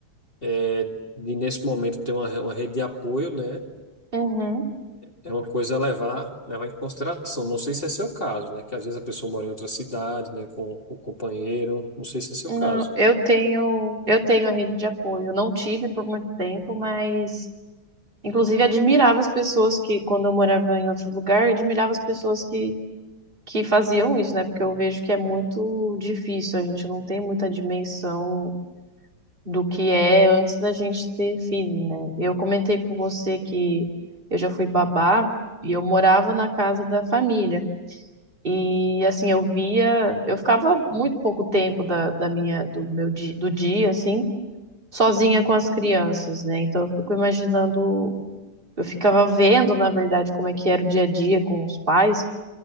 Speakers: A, on the left (about 25°); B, on the right (about 25°).
A: é de nesse momento ter uma, uma rede de apoio, né?
B: uhum.
A: É uma coisa a levar, levar em consideração. Não sei se é seu caso, né? Que às vezes a pessoa mora em outra cidade, né? Com o companheiro. Não sei se é seu
B: Não,
A: caso.
B: eu tenho, eu tenho a rede de apoio. Eu não tive por muito tempo, mas Inclusive, admirava as pessoas que, quando eu morava em outro lugar, eu admirava as pessoas que, que faziam isso, né? Porque eu vejo que é muito difícil, a gente não tem muita dimensão do que é antes da gente ter filho, né? Eu comentei com você que eu já fui babá e eu morava na casa da família. E assim, eu via, eu ficava muito pouco tempo da, da minha, do meu di, do dia, assim, sozinha com as crianças, né? Então eu fico imaginando eu ficava vendo, na verdade, como é que era o dia a dia com os pais,